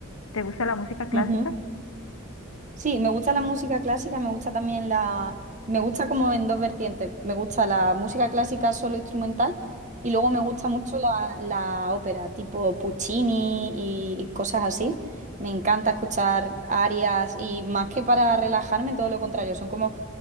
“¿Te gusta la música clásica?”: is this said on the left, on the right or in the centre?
Left